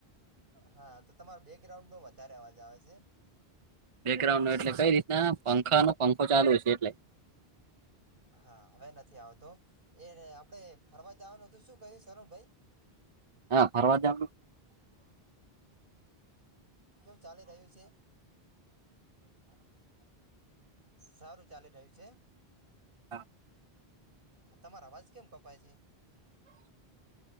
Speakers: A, on the right; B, on the right.
A: હા, તો તમારો બેકગ્રાઉન્ડ નો વધારે અવાજ આવે છે.
B: બેકગ્રઉન્ડ નો એટલે કંઈ રીતના પંખાો પંખો ચાલુ છે એટલે.
A: હા, હવે નથી આવતો. એ, આપડે ફરવા જવાનું હતું. શું કહ્યું, શરણ ભાઈ?
B: હા ફરવા જાવ
A: કેવું ચાલી રહ્યું છે. સારું ચાલી રહ્યું છે.
B: હા <inaudible>
A: હ તમારો અવાજ કેમ કપાય છે.